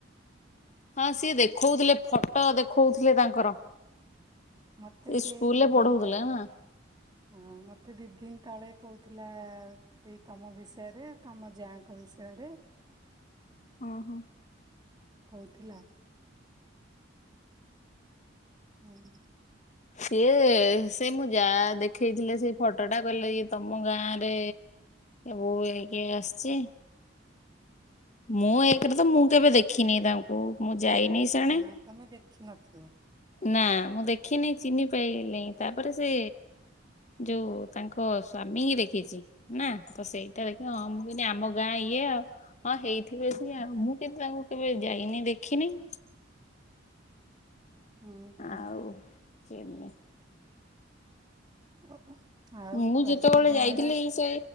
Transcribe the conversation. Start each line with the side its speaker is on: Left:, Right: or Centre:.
Left: ହଁ ସିଏ ଦେଖୋଉଥିଲେ ଫଟୋ ଦେଖଉ କିଏ ତାଙ୍କର।
Right: ମତେ
Left: ସେ
Right: ସେଏଇ
Left: ସ୍କୁଲରେ
Right: ଦି ଦିନ
Left: ପଢଉଥିଲେ
Right: ତଳେ
Left: ନା।
Right: ହଁ ମତେ ଦିଦିିନ ତଳେ କହୁ ଥିଲା ସେଇ ତମ ବିଷୟରେ ତମ ଜା ଙ୍କ ବିଷୟରେ।
Left: ଓହୋ।
Right: କହୁଥିଲା। ହୁଁ।
Left: ସିଏ ସେ ମୋ ଯା ଦେଖେଇଥିଲେ ସେ ଫଟୋଟା କଲେ ଇଏ ତମ ଗାଁ ରେ ବୋଉ ହେଇକି ଆସିଛି। ମୁଁ ଏକରେ ତ ମୁଁ କେବେ ଦେଖିନି ତାଙ୍କୁ ମୁଁ ଯାଇନି ସେଣେ
Right: ନା ତମେ ଦେଖିନଥିବ।
Left: ନା ମୁଁ ଦେଖିନି ଚିନି ପାଇଲିନେଇଁ। ତାପରେ ସେ ଯୋଉ ତାଙ୍କ ସ୍ଵାମୀ ହି ଦେଖିଛି ନା? ତ ସେଇଟା ଦେଖି ହଁ ମୁଁ କହିନି ଆମ ଗାଁ ଇଏ ଆଉ। ହଁ ହେଇ ଆଉ ମୁଁ କେମିତ କେବେ ଯାଇନି ଦେଖିନେଇ।
Right: ହୁଁ ହୁଁ
Left: ଆଉ <unintelligible>
Right: ଓ ଆଉ
Left: ମୁଁ ଯେତେବେଳେ
Right: ରଜକୁ ଗାଁ
Left: ଯାଇଥିଲି
Right: ଆଡେ ଆସି
Left: ସେ